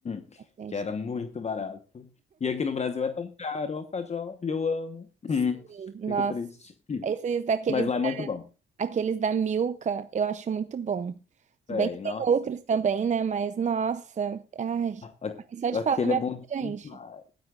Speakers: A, on the left; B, on the right.
A: <clears throat>
B: gente.
A: que era muito barato. E aqui no Brasil é tão caro o alfajor, e eu amo. <clears throat>
B: Sim,
A: Fico
B: nossa.
A: triste.
B: Esses daqueles,
A: Mas lá é muito bom.
B: aqueles da Milka, eu acho muito bom. Se
A: É,
B: bem que tem
A: nossa,
B: outros também, né? Mas nossa, ai,
A: a-
B: só de
A: aquele
B: falar minha
A: é bom
B: boca já enche.
A: demais.